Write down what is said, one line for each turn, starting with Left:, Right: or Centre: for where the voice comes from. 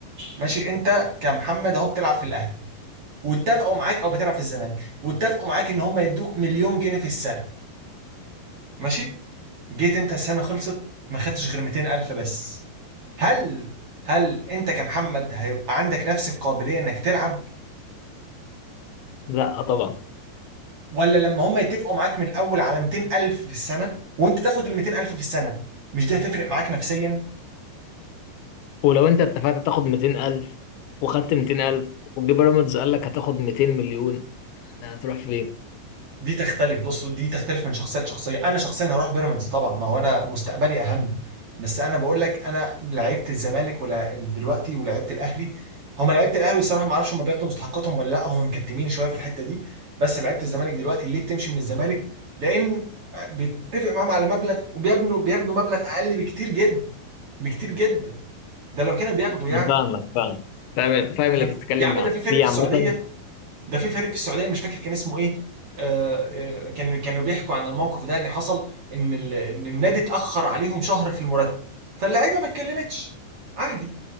Right: ماشي أنت كمحمد أهو بتلعب في الأهلي واتفقوا معاك أو بتلعب في الزمالك واتفقوا معاك إن هم يدوك مليون جنيه في السنة ماشي جيت أنت السنة خلصت ما خدتش غير 200000 بس هل هل أنت كمحمد هيبقى عندك نفس القابلية إنك تلعب
Left: لا طبعا
Right: ولا لما هم يتفقوا معاك من الاول على 200000 في السنه وانت تاخد ال 200000 في السنه مش دي هتفرق معاك نفسيا
Left: ولو أنت اتفقت تاخد 200000 وخدت 200000 وجه بيراميدز قال لك هتاخد 200 مليون أنت هتروح فين؟
Right: دي تختلف بص دي تختلف من شخصيه لشخصيه انا شخصيا هروح بيراميدز طبعا ما هو انا مستقبلي اهم بس انا بقول لك انا لعيبه الزمالك ولا دلوقتي ولعيبه الاهلي هم لعيبه الاهلي الصراحه ما اعرفش هم بياخدوا مستحقاتهم ولا لا هم مكتمين شويه في الحته دي بس لعيبه الزمالك دلوقتي ليه بتمشي من الزمالك لان بيتفق معاهم على مبلغ وبيبنوا بياخدوا مبلغ اقل بكتير جدا بكتير جدا ده لو كانوا بياخدوا يعني
Left: أنا فاهمك فاهم فاهم فاهم
Right: فاهم
Left: اللي بتتكلم
Right: يا عم
Left: معاه
Right: ده في فريق
Left: في
Right: في السعوديه
Left: عامة
Right: ده في فريق في السعوديه مش فاكر كان اسمه ايه آه آه، كانوا كانوا بيحكوا عن الموقف ده ان حصل ان ال- إن النادي اتاخر عليهم شهر في المرتب فاللعيبه ما اتكلمتش عادي